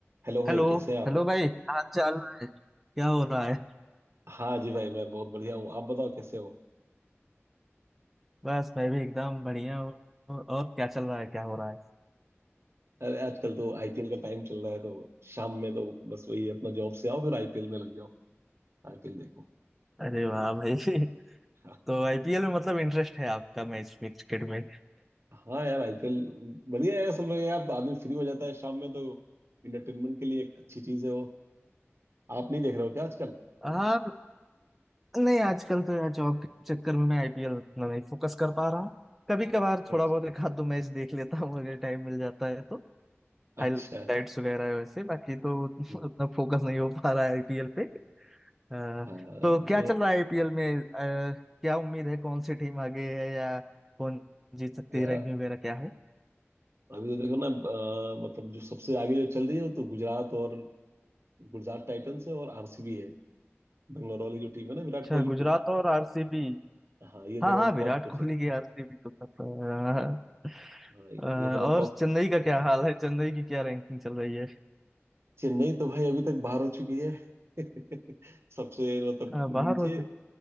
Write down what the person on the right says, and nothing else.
Hello भाई
कैसे हैं आप
हाँ जी भाई मैं बहुत बढ़िया हूँ आप बताओ कैसे हो
अरे आजकल तो आईपीएल का टाइम चल रहा है तो शाम में तो बस वही अपना जॉब से आओ फिर आईपीएल में लग जाओ आईपीएल देखो
हाँ
हाँ
हाँ यार आईपीएल बढ़िया है असल में यार आदमी फ्री हो जाता है शाम में तो इंटरटेनमेंट के लिए एक अच्छी चीज है वो आप नहीं देख रहे हो क्या आजकल
अच्छा
अच्छा
हम्म,
हाँ
नहीं,
या,
अभी तो देखो ना अ, मतलब जो सबसे आगे जो चल रही है वो तो गुजरात और गुजरात टाइटंस है और आरसीबी है बेंगलोर वाली जो टीम है ना विराट
कोहली
की
हाँ ये दोनों
टॉप पे चले
हाँ
ये दोनों
टॉप
चेन्नई तो भाई अभी तक बाहर हो चुकी है <laughs> सबसे मतलब
नीचे